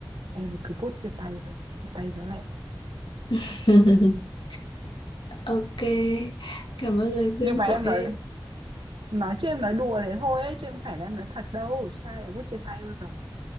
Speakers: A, on the right (about 75°); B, on the left (about 80°).
A: Em cứ vote chia tay rồi, chia tay đó lại.
B: <laughs> Ok, cảm ơn lời khuyên
A: Nhưng mà
B: của
A: em
B: em.
A: nói nói chứ em nói đùa thế thôi ấy, chứ không phải là em nói thật đâu. Chứ ai lại vote chia tay bao giờ.